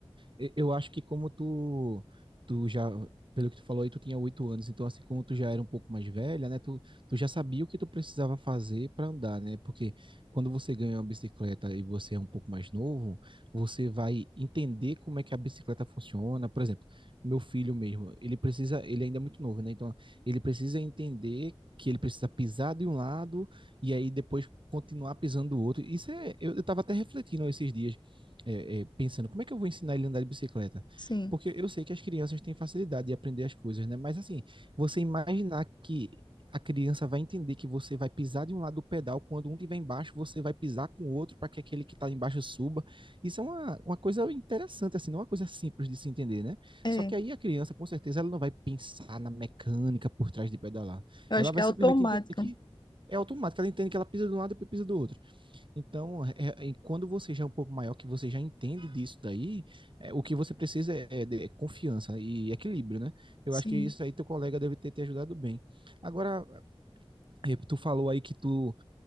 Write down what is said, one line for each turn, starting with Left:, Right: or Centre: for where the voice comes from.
Right: E- Eu acho que como tu, tu já, pelo que tu falou aí, tu tinha oito anos, então assim como tu já era um pouco mais velha, né, tu, tu já sabia o que tu precisava fazer para andar, né? Porque quando você ganha uma bicicleta e você é um pouco mais novo, você vai entender como é que a bicicleta funciona. Por exemplo, meu filho mesmo, ele precisa, ele ainda é muito novo, né? Então ele precisa entender que ele precisa pisar de um lado e aí depois continuar pisando do outro. Isso é, eu estava até refletindo esses dias é, é, pensando como é que eu vou ensinar ele a andar de bicicleta?
Left: Sim,
Right: Porque eu sei que as crianças têm facilidade de aprender as coisas, né? Mas assim, você imaginar que a criança vai entender que você vai pisar de um lado do pedal, quando um estiver embaixo, você vai pisar com o outro para que aquele que está embaixo suba. Isso é uma, uma coisa interessante, assim, não é uma coisa simples de se entender, né?
Left: é.
Right: Só que aí a criança, com certeza, ela não vai pensar na mecânica por trás de pedalar.
Left: Eu
Right: Ela
Left: acho que
Right: vai
Left: é automático.
Right: simplesmente entender que é automático, ela entende que ela pisa de um lado e depois pisa do outro. Então, é- é- quando você já é um pouco maior, que você já entende disso daí, é, o que você precisa é, é de- é confiança e equilíbrio, né? Eu
Left: Sim.
Right: acho que isso aí teu colega deve ter te ajudado bem. Agora, eh, tu falou aí que tu